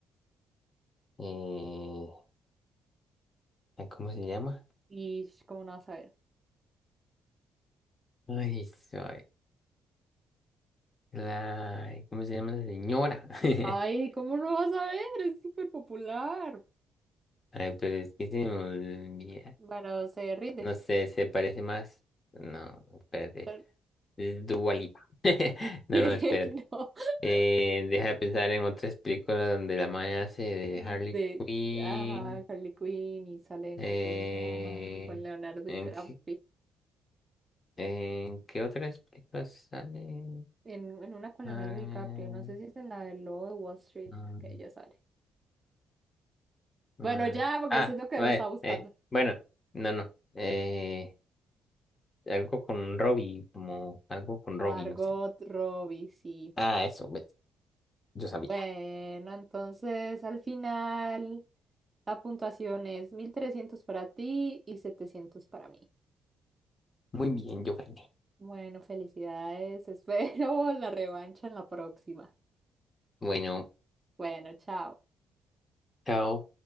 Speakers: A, on the left; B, on the right.
A: Eh, ¿cómo se llama?
B: Y ¿cómo no vas a ver?
A: Ay, soy la... ¿Cómo se llama la señora? <laughs>
B: Ay, ¿cómo no vas a ver? Es súper popular.
A: Ay, pero es que se me olvida.
B: Bueno, se rinde.
A: No sé, se parece más. No, espérate.
B: <laughs>
A: Es Dua Lipa, <laughs> No,
B: Que
A: no, espérate.
B: No,
A: Eh, deja de pensar en otras películas donde la maña hace de
B: de
A: Harley Quinn.
B: ajá, Harley Quinn y salen
A: Eh,
B: con, una- con Leonardo DiCaprio.
A: ¿en qué, en qué otras películas sale?
B: en, en una con
A: Ah,
B: Leonardo DiCaprio, no sé si es en la del Lobo de Wall Street,
A: ah,
B: que ella sale.
A: ah,
B: Bueno, ya, porque
A: ah,
B: siento que lo está
A: eh,
B: buscando.
A: eh, bueno, no, no. Eh, algo con Robbie, como algo con Robbie,
B: Margot
A: no sé.
B: Robbie, sí.
A: Ah, eso, ve, yo sabía.
B: Bueno, entonces al final la puntuación es 1300 para ti y 700 para mí.
A: Muy bien, yo gané.
B: Bueno, felicidades, <laughs> espero la revancha en la próxima.
A: Bueno,
B: Bueno, chao.
A: chao.